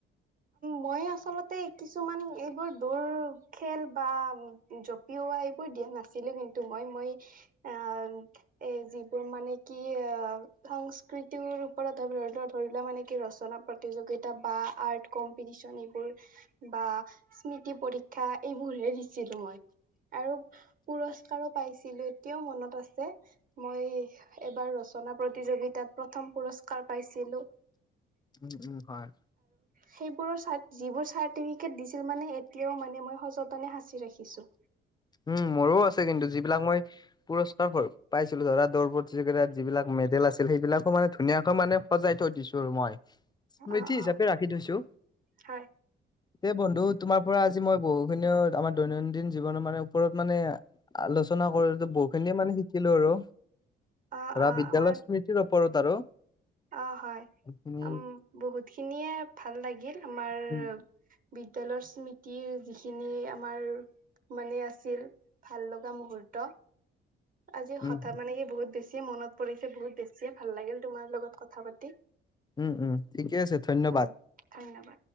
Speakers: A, on the right; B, on the left.
A: মই আচলতে কিছুমান এইবোৰ দৌৰ খেল বা জপিওৱা এইবোৰ দিয়া নাছিল। কিন্তু মই মই এ যিবোৰ মানে কি সংস্কৃ তিওৰো কৰা ধৰিলোৱা ধৰিলোৱা মানে কি ৰচনা প্ৰতিযোগিতা বা আৰ্ট কম্পিটিছন এইবোৰ অ স্মৃতি পৰীক্ষা এইবোৰহে দিছিলো মই। আৰু পুৰস্কাৰো পাইছিলো এতিয়াও মনত আছে মই এবাৰ ৰচনা প্ৰতিযোগিতাত প্ৰথম পুৰস্কাৰ পাইছিলো।
B: উম উম হয়।
A: সেইবোৰো চাৰ্ট যিবোৰ চাৰ্ট এনেকে দিছিল মানে এতিয়াও ম মই সযতনে সচি ৰাখিছো।
B: উম মোৰো আছে কিন্তু যিবিলাক মই পুৰস্কাৰ পাইছিলো ধৰা দৌৰ প্ৰতিযোগিতাত যিবিলাক মেডেল আছিল সেইবিলাকো মানে ধুনীয়াকৈ মানে সজাই থৈ দিছো আৰু মই স্মৃতি
A: অ',
B: হিচাপে
A: অ',
B: ৰাখি থৈছো
A: হয়
B: এই বন্ধু তোমাৰ পৰা আজি মই বহুখিনিও আমাৰ দৈনন্দিন জীৱনত মানে ওপৰত মানে আলোচনা কৰিলো বহুতখিনিয়ে মানে শিকিলো আৰু।
A: অ',
B: ধৰা
A: অ',
B: বিদ্যালয়
A: আমাৰ
B: স্মৃতিৰ ওপৰত আৰু।
A: অ হয়
B: এইখিনি
A: উ বহুত খিনিয়ে ভাল লাগিল আমাৰ
B: উম
A: বিদ্যালয়ৰ স্মৃতিখিনি আমাৰ মানে আছিল ভাল লগা মুহূৰ্ত আজি
B: উম
A: হঠাৎ মানে কি বহুত বেছি মনত পৰিছে বহুত বেছিয়ে ভাল লাগিল তোমাৰ লগত কথা পাতি।
B: উম উম ঠিকে আছে ধন্যবাদ।
A: অ', ধন্যবাদ।